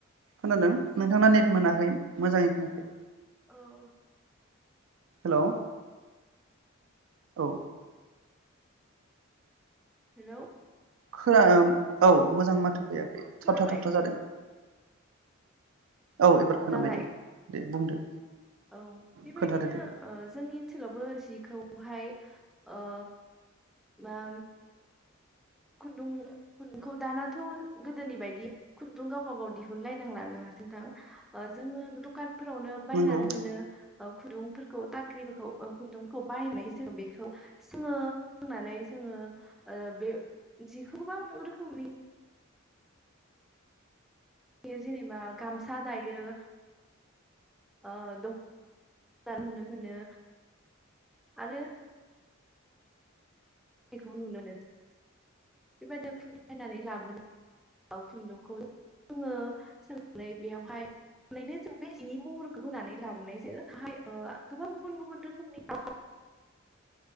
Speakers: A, on the right (about 70°); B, in the centre.
A: खोनादों नोंथांना नेट मोनाखै मोजाङै खोनायाखै
B: औ
A: हेलौ औ
B: हेलौ
A: खोन <inaudible> औ मोजां माथो फैया थाबथा
B: खोनाबाय
A: थाबथा जादों औ एबार खोनाबाय
B: दालाय
A: दे बुंदो
B: औ बेबायदिनो
A: खोन्थादो दे
B: ओ जोंनि ओनसोलावबो जिखौहाय ओ मा खुन्दुं खुन्दुंखौ दानाथ' गोदोनि बायदि खुन्दुं गावबा गाव दिहुनलायनांला नङा <inaudible> नोथां ओ जोङो दुखान फोरावनो बायनानै
A: नंगौ
B: मोनो ओ खुन्दुंफोरखौ टाख्रिफोरखौ ओ खुन्दुंफोरखौ बायनानै जोङो बेखौ सोङो सोंनानै जोङो ओ बे जिखौ गोबां रोखोमनि बे जेनेबा गामसा दायो ओ द' नुनो मोनो आरो <inaudible> बेबायदिनो खुन्दुं बायनानै लाबो <inaudible> खुन्दुंखौ जोङो सोंनानै बेयावहायनो जों बे जिनि महर होनानै ला <inaudible> ओ गोबां गुबुन गुबुन रोखोमनि <inaudible>